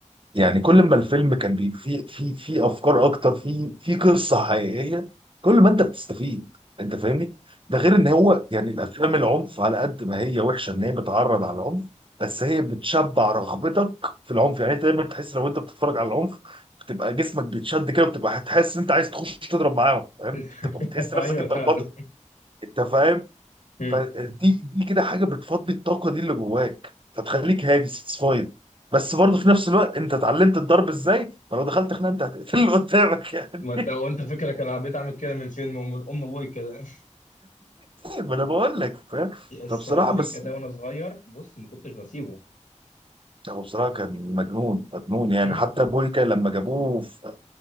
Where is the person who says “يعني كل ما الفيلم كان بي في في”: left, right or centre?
Right